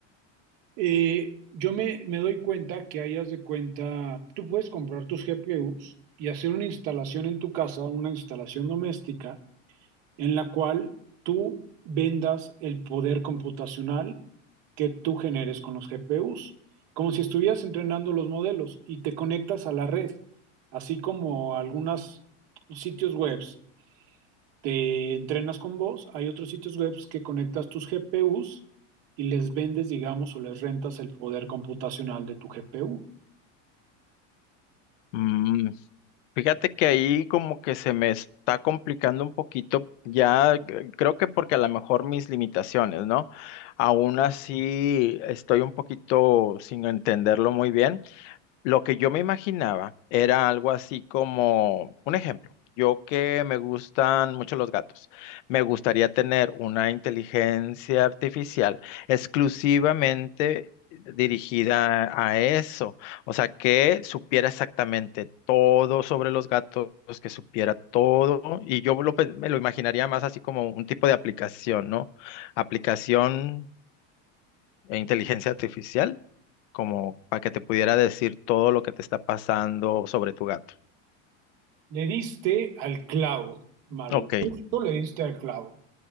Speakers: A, on the right (about 60°); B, on the left (about 75°).
A: eh, yo me, me doy cuenta que hayas de cuenta, tú puedes comprar tus GPUs y hacer una instalación en tu casa, una instalación doméstica en la cual tú vendas el poder computacional que tú generes con los GPUs, como si estuvieras entrenando los modelos y te conectas a la red, así como algunos sitios webs te entrenas con vos, hay otros sitios webs que conectas tus GPUs y les vendes, digamos, o les rentas el poder computacional de tu GPU.
B: Mm, fíjate que ahí como que se me está complicando un poquito ya, c- creo que porque a lo mejor mis limitaciones, ¿no? Aún así estoy un poquito sin entenderlo muy bien. Lo que yo me imaginaba era algo así como, un ejemplo, yo que me gustan mucho los gatos, me gustaría tener una inteligencia artificial exclusivamente dirigida a eso, o sea, que supiera exactamente todo sobre los gatos, que supiera todo, y yo lo pe- me lo imaginaría más así como un tipo de aplicación, ¿no? Aplicación e inteligencia artificial como para que te pudiera decir todo lo que te está pasando sobre tu gato.
A: Le diste al clavo, Mario.
B: Ok.
A: Justo le diste al clavo.